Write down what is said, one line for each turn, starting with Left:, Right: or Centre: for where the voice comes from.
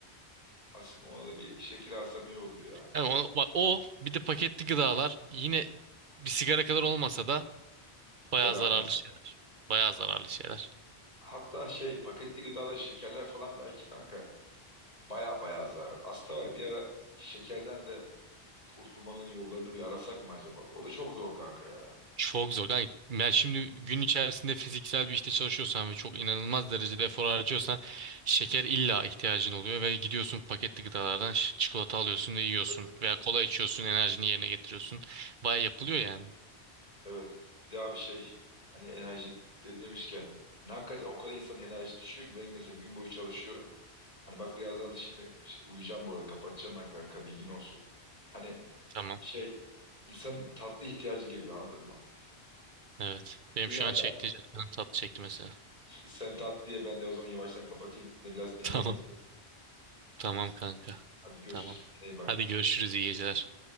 Left: Aslında ona da bir şekil alsam iyi olur ya.
Right: Yani o, bak, o bir de paketli gıdalar yine bir sigara kadar olmasa da bayağı
Left: Zararlı.
Right: zararlı şeyler. Bayağı zararlı şeyler.
Left: Hatta şey paketli gıdalar, şekerler falan belki kanka baya baya zararlı. Aslında var ya, bir ara şekerden de kurtulmanın yollarını bir arasak mı acaba? O da çok zor kanka ya.
Right: Çok zor. Yani, yani şimdi gün içerisinde fiziksel bir işte çalışıyorsan ve çok inanılmaz derecede efor harcıyorsan şeker illa ihtiyacın oluyor ve gidiyorsun paketli gıdalardan ş- çikolata alıyorsun ve yiyorsun
Left: Böyle
Right: veya kola içiyorsun enerjini yerine getiriyorsun. Baya yapılıyor yani bu.
Left: evet. Bir daha bir şey hani enerji de demişken hani hakikaten o kadar insanın enerjisi düşüyor ki benim mesela gün boyu çalışıyorum. Hani bak birazdan da şimdi şey- uyuyacağım bu arada kapatacağım ben kanka bilgin olsun. Hani
Right: Tamam.
Left: şey insanın tatlı ihtiyacı geliyor anladın mı?
Right: Evet. Benim
Left: İyi
Right: şu
Left: yani
Right: an çekti.
Left: ben.
Right: Canım tatlı çekti mesela.
Left: Sen tat diye ben de o zaman yavaştan kapatayım. Biraz dinleneyim.
Right: <laughs> Tamam. Tamam kanka.
Left: Hadi görüşürüz.
Right: Tamam.
Left: Kendine iyi bak.
Right: Hadi görüşürüz iyi geceler.